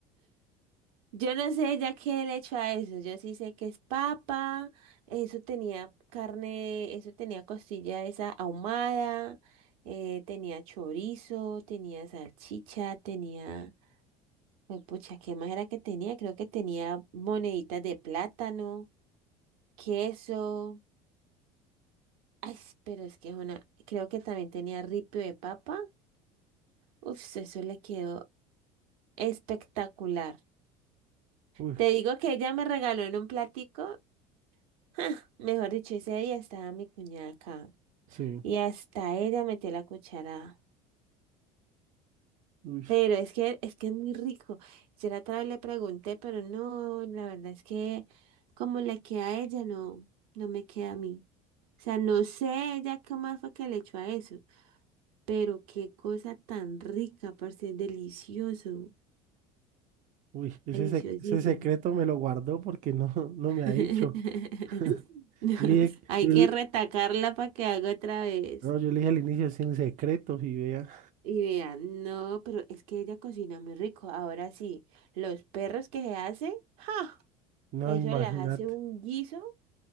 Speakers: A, on the right; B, on the right.
A: yo no sé ya qué le hecho a eso. Yo sí sé que es papa, eso tenía carne, eso tenía costilla esa ahumada, eh, tenía chorizo, tenía salchicha, tenía... Pues, pucha, ¿qué más era que tenía? Creo que tenía moneditas de plátano, queso. Ay, s- pero es que es una. Creo que también tenía ripio de papa. Uf, eso le quedó espectacular.
B: Uy,
A: Te digo que ella me regaló en un platico. <laughs> Mejor dicho, ese día estaba mi cuñada acá.
B: sí,
A: Y hasta ella metió la cuchara.
B: uy,
A: Pero es que es que es muy rico. Yo la otra vez le pregunté, pero no, la verdad es que como le queda a ella, no, no me queda a mí. O sea, no sé ella qué más fue que le echó a eso, pero qué cosa tan rica, parce, es delicioso,
B: uy, ese,
A: deliciosísimo.
B: sec- ese secreto me lo guardó porque no, <laughs> no me ha
A: <laughs>
B: dicho. <laughs> Yo
A: No,
B: le dije,
A: hay
B: yo le-
A: que retacarla para que haga otra vez.
B: no, yo le dije al inicio sin secretos y vea.
A: Y vean, no, pero es que ella cocina muy rico. Ahora sí, los perros que se hace, ¡ja!
B: No,
A: Eso
B: imagínate.
A: les hace un guiso